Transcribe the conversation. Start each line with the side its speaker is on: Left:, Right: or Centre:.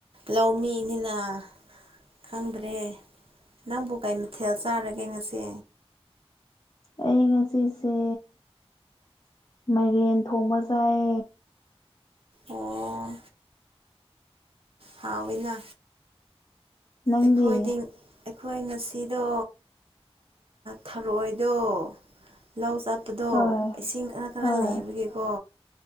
Right: ꯂꯧꯃꯤꯅꯤ ꯑ ꯈꯪꯗ꯭ꯔꯦ ꯅꯪꯕꯨ ꯀꯩ ꯃꯊꯦꯜ ꯆꯥꯔꯒꯦ ꯉꯁꯦ
Left: ꯑꯩ ꯉꯁꯤꯁꯦ ꯃꯥꯏꯔꯦꯟ ꯊꯣꯡꯕ ꯆꯥꯏ
Right: ꯑꯣ ꯍꯥꯎ ꯑꯣꯏꯅ
Left: ꯅꯪꯗꯤ
Right: ꯑꯩꯈꯣꯏꯗꯤ ꯑꯩꯈꯣꯏ ꯉꯁꯤꯗꯣ ꯊꯔꯣꯏꯗꯣ ꯂꯧ ꯆ ꯑꯠꯄꯗꯣ
Left: ꯍꯣꯏ
Right: ꯏꯁꯤꯡ ꯈꯔ ꯈꯔ
Left: ꯍꯣꯏ
Right: ꯂꯩꯕꯒꯦꯀꯣ